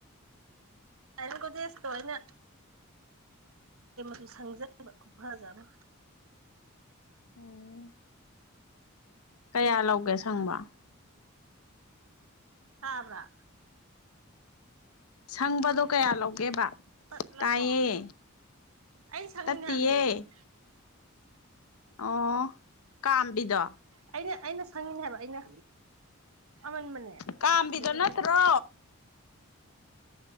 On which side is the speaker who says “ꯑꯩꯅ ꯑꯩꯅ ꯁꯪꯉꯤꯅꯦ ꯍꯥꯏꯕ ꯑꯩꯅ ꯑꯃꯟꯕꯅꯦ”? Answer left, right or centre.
Right